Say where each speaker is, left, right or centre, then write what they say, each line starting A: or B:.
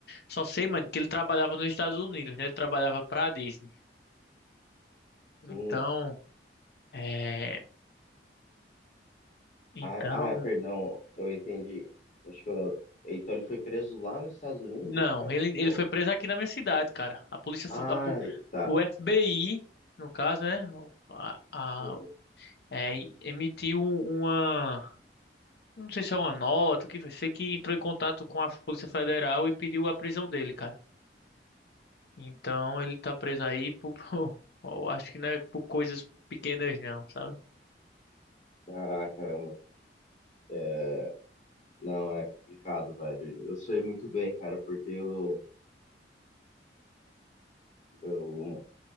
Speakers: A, on the left; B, on the left.
A: Só sei, mano, que ele trabalhava nos Estados Unidos, né? Ele trabalhava pra Disney. Então,
B: Hum.
A: é, então
B: Ah, ah, perdão, eu entendi. Acho que eu... Então ele foi preso lá nos Estados Unidos,
A: Não,
B: cara?
A: ele, ele
B: Oh.
A: foi preso aqui na minha cidade, cara. A polícia,
B: Ah,
A: a po-
B: tá.
A: o FBI, no caso, né? A, a-
B: Uhum.
A: é, emitiu um, uma, não sei se é uma nota, o que foi, sei que entrou em contato com a Polícia Federal e pediu a prisão dele, cara. Então ele tá preso aí por, <laughs> eu acho que não é por coisas pequenas, não, sabe?
B: Caraca, mano. É, Não, é complicado, velho. Eu sei muito bem, cara, porque eu, eu